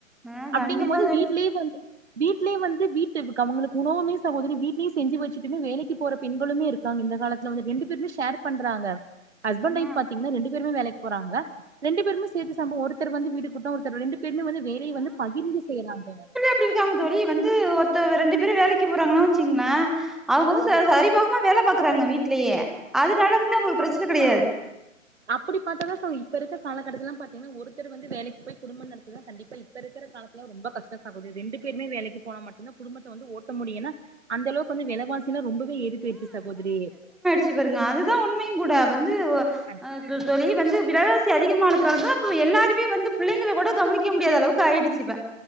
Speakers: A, in the centre; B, on the right.
A: ஆ
B: அப்டிங்கும்
A: கண்டிப்பா
B: போது
A: தோழி
B: வீட்லயே வந்து வீட்லயே வந்து வீட்டு அவங்களுக்கு உணவுமே சகோதரி வீட்லயே செஞ்சு வெச்சுட்டுமே வேலைக்கு போற பெண்களுமே இருக்காங்க இந்த காலத்துல வந்து ரெண்டு பேருமே ஷேர் பண்றாங்க ஹஸ்பண்ட் வொய்ப்
A: ஆ
B: பாத்தீங்கன்னா ரெண்டு பேருமே வேலைக்கு போறாங்கள ரெண்டு பேருமே சேர்த்து சம்பவ ஒருத்தர் வந்து வீடு கூட்ணா ஒருத்தர் ரெண்டு பேருமே வந்து வேலைய வந்து பகிர்ந்து செய்றாங்க.
A: ந்து இருக்காங்க தோழி வந்து ஒருத்த வ ரெண்டு பேரு வேலைக்கி போறாங்கனா வெச்சுக்ங்ளே அவுங்க வந்து
B: ஆமா
A: ச
B: சார்,
A: சரி சமமா வேல பாக்கறாங்க வீட்லியே அதனால வந்து அவுங்களுக்கு பிரச்சன கெடையாது.
B: அப்பிடி பாத்தாதா சோ இப்ப இருக்க காலகட்டத்துல்லா பாத்தீங்னா ஒருத்தர் வந்து வேலைக்கு போய் குடும்ப நடத்துதா கண்டிப்பா இ ப்ப இருக்கற காலத்துல ரொம்ப கஷ்டோ சகோதரி ரெண்டு பேருமே வேலைக்கு போனா மட்டுந்தா குடும்பத்த வந்து ஓட்ட முடியு ஏன்னா அந்த அளவுக்கு வந்து வெலவாசிலா ரொம்பவே ஏறிபோயிருச்சி சகோதரி.
A: த்தி பாருங்க அதுதா உண்மையுங் கூட வந்து ஒ
B: கண்
A: இப்பத் தோழி வந்து விலவாசி அதிகமானதுனால தா இப்ப எல்லாருமே வந்து பிள்ளைங்கள கோட கவுனிக்க முடியாத அளவுக்கு ஆயிடுச்சி இப்ப